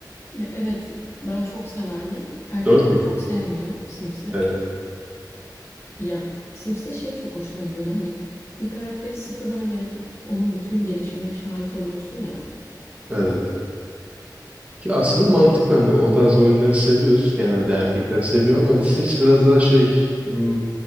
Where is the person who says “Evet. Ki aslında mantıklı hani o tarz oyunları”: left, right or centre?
Right